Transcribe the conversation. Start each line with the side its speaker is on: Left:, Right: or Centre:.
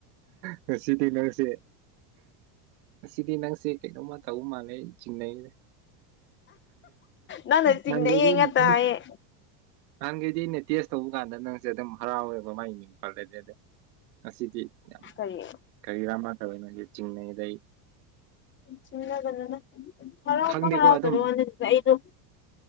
Right: ꯉꯁꯤꯗꯤ ꯅꯪꯁꯦ ꯉꯁꯤꯗꯤ ꯅꯪꯁꯦ ꯀꯩꯅꯣꯝꯃ ꯊꯧꯕ ꯃꯥꯜꯂꯦ ꯑꯩ ꯆꯤꯡꯅꯩꯗ
Left: ꯅꯪꯅ ꯆꯤꯡꯅꯩꯌꯦ
Right: ꯑꯟꯏꯟꯇꯦꯜꯂꯤꯖꯦꯕꯜ
Left: ꯉꯥꯛꯇ ꯍꯥꯏꯌꯦ
Right: ꯅꯍꯪꯒꯤꯗꯤ ꯅ ꯇꯦꯁ ꯇꯧꯕ ꯀꯥꯟꯗ ꯅꯪꯁꯦ ꯑꯗꯨꯝ ꯍꯔꯥꯎꯋꯦꯕ ꯃꯒꯤ ꯃꯤꯡ ꯄꯜꯂꯗꯤ ꯑꯗ ꯉꯁꯤꯗꯤ ꯌꯥꯝ
Left: ꯀꯔꯤ
Right: ꯀꯔꯤꯔꯥ ꯃꯥꯗꯧꯋꯦ ꯆꯤꯡꯅꯩꯗ
Left: ꯆꯤꯡꯅꯒꯅꯨꯗ ꯍꯔꯥꯎꯕ
Right: ꯈꯪꯗꯦꯀꯣ
Left: ꯍꯔꯥꯎꯗꯅ
Right: ꯑꯗꯨꯝ
Left: ꯋꯥ ꯅꯠꯇꯦ ꯑꯩꯗꯣ